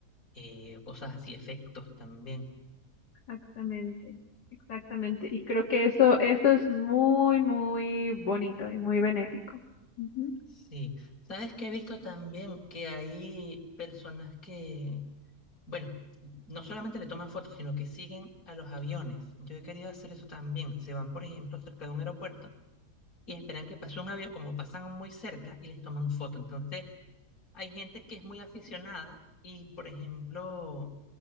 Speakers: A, on the left; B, on the left.
A: eh, cosas así, efectos también.
B: Exactamente, exactamente. Y creo que eso, eso es muy, muy bonito y muy benéfico. Ujú.
A: Sí. ¿Sabes qué he visto también? Que hay personas que Bueno, no solamente le toman fotos, sino que siguen a los aviones. Yo he querido hacer eso también. Se van, por ejemplo, cerca de un aeropuerto y esperan que pase un avión, como pasan muy cerca y les toman foto. Entonces, hay gente que es muy aficionada y, por ejemplo,